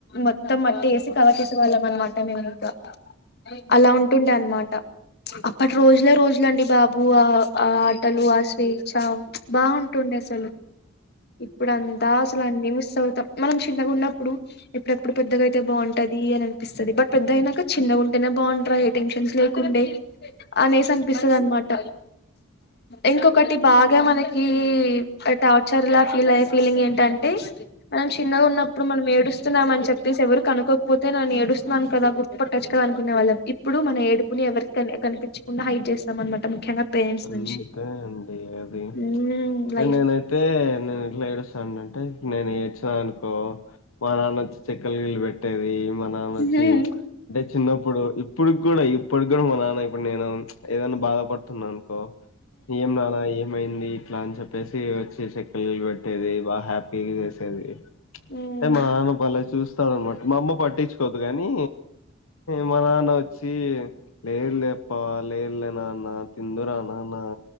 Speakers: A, on the left (about 50°); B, on the left (about 85°).
A: మొత్తం మట్టి ఎసి కవర్ చెసే వాళ్ళం అన్నమాట మేము ఇంకా అలా ఉంటుండే అన్న మాట అప్పటి రోజులే రోజులండి బాబు ఆ ఆటలు ఆ స్వె చ బాగుంటుండే అసలు ఇప్పుడు అంతా అసలు అన్ని మిస్ అవుతాం మనం చిన్నగా ఉన్నప్పుడు ఎప్పుడెప్పుడు పెద్దగా అయితే బాగుంటది అని అపిస్తుంది బట్ పెద్ద అయినాక చిన్నగా ఉంటేనే బాగుంటారా ఏ టెన్షన్స్ లే ండే అనేసి అనిపిస్తుంది అనమాట ఇంకొకటి బాగా మనకి ఈ టార్చర్ లా ఫీల్ అయ్యే ఫీలింగ్ ఏంటంటే మనం చిన్నగా ఉన్నప్పుడు మనం ఏడుస్ స్తున్నాం అని చెప్పేసి ఎవరిరు కనుకోకపోతే నేను ఏడుస్తున్నాను కదా గుతుపట్టచ్చ కదా అనుకునే వాళ్ళం ఇప్పుడు మన ఏడుపుని ఎవరికి కనిపించకుండా హైట్ చేస్తాం అన్న మాట ముఖ్యంగా పేరెంట్స్
B: అంతే
A: నుంచి
B: అండి అది
A: మ్మ్ లైఫ్
B: నేనైతే నేను ఇట్లా ఏడుస్తాను అంటే నేను ఏడ్చినా అనుకో మా నాన్న వచ్చి చెక్కల గీళ్ళ పెట్టేది మా నాన్న అచ్చి
A: మ్మ్
B: అంటే చిన్నప్పుడు ఇప్పుడు కూడా ఇప్పుడు కూడా మా నాన్న ఇప్పుడు నేను ఏదనా బాధపడుతున్నా అనుకో ఏం నాన్నా ఏం మైంది ఇట్లా అని చెప్పేసి వచ్చి చెక్కల పెట్టేది బాగా హ్యాపీ చేసేది
A: మ్మ్
B: అంటే మా నాన్న బలే చూస్తాడు అన్నమాట మా అమ్మ పట్టించుకోదు కానీ మా నాన్న వచ్చి లేరు లేప్ప లేరు లే నాన్న తిందురా నాన్న